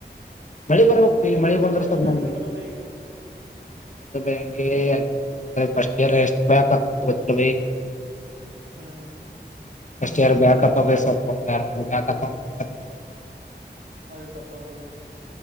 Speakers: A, on the left; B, on the right.
A: ಮಳೆ ಬರ್ಬೇಕೀ
B: ಅಗ್ರಿಕಲ್ಚರ್
A: ಮಳೆ ಬಂದ್ರ ಸ್ವಲ್ಪ
B: ಅದ
A: <unintelligible>
B: ಹೆಂಗ್ ನಡ್ದ ಬ ಈಗ
A: ಬೆಳಿಗಳು <unintelligible> ಫಸ್ಟ್ ಇಯರ್ ಎಸ್ಟ್ ಬ್ಯಾಕ್ ಹೋಗತಿರ್ವಿ
B: ಹ್ಮ್
A: ಅಷ್ಟ <unintelligible> ಯಾರು ಬ್ಯಾಕಪ್ ಸ್ವಲ್ಪ <unintelligible>
B: ಒಳ್ಳಿ ತಕ್ಕೋಳ್ಳುದು <unintelligible>